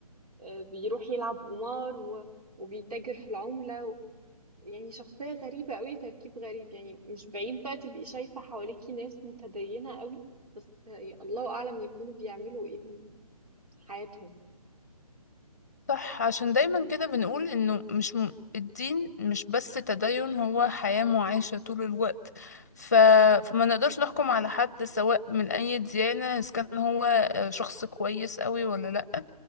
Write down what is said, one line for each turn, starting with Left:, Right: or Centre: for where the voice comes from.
Right: آه، بيروح يلعب قمار و... وبيتاجر في العملة و... يعني شخصية غريبة قوي تركيب غريب يعني مش بعيد بقى تبقي شايفة حواليكي ناس متدينة قوي بس آه، الله أعلم يكونوا بيعملوا إيه في حياتهم
Left: صح عشان دايما كده بنقول انه مش م... الدين مش بس تدين هو حياة معاشة طول الوقت ف... فما نقدرش نحكم على حد سواء من اي ديانة اذا كان هو آه، شخص كويس قوي ولا لا